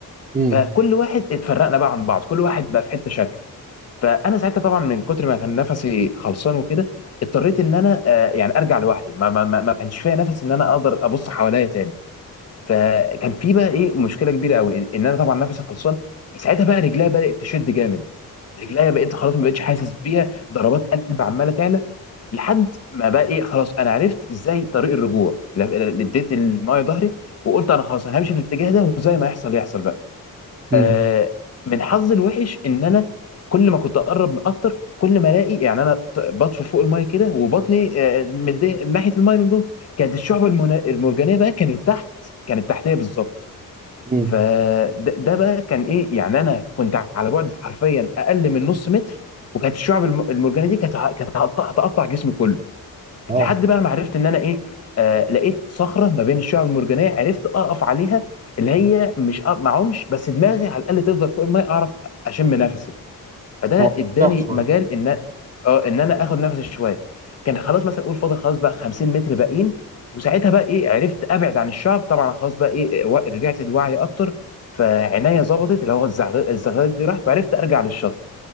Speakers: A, on the right; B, on the left.
A: امم
B: فكل واحد اتفرقنا بقى عن بعض كل واحد بقى في حته شكل فانا ساعتها طبعا من كتر ما كان نفسي خلصان وكده اضطريت ان انا آه، يعني ارجع لوحدي ما, ما, ما ما كانش فيا نفس ان انا اقدر ابص حواليا تاني فكان في بقى ايه مشكله كبيره قوي ان إن انا طبعا نفسي خلصان ساعتها بقى رجليا بدات تشد جامد رجليا بقيت خلاص ما بقتش حاسس بيها ضربات قلب عماله تعلى لحد ما بقى ايه خلاص انا عرفت ازاي طريق الرجوع ل- ل- اديت المايه ظهري وقلت انا خلاص انا همشي في الاتجاه ده وزي ما يحصل يحصل بقى
A: امم
B: آه، من حظي الوحش ان انا كل ما كنت اقرب اكتر كل ما الاقي يعني انا ط- بطفو فوق المايه كده وبطني آه، متضايق ناحيه المايه من جوه كانت الشعب المنا- المرجانيه بقى كانت تحت كانت تحتيه بالظبط
A: امم
B: فده ده بقى كان ايه يعني انا كنت على بعد حرفيا اقل من نص متر وكانت الشعب الم- المرجانيه دي كانت ع- كانت هتقطع هتقطع جسمي كله
A: اه
B: لحد بقى ما عرفت ان انا ايه آه لقيت صخره ما بين الشعب المرجانيه عرفت اقف عليها اللي هي مش أق- ما اعومش بس دماغي على الاقل تفضل فوق الميه اعرف اشم نفسي فده
A: اه
B: اداني
A: ارتاح شوية
B: مجال ان اه ان انا اخد نفسي شويه كان خلاص مثلا اقول فاضل خلاص بقى 50 متر باقيين وساعتها بقى ايه عرفت ابعد عن الشعب طبعا خلاص بقى ايه و- رجعت لوعي اكتر فعناية ظبطت اللي هو الزغ- الزغلله دي راحت وعرفت ارجع للشط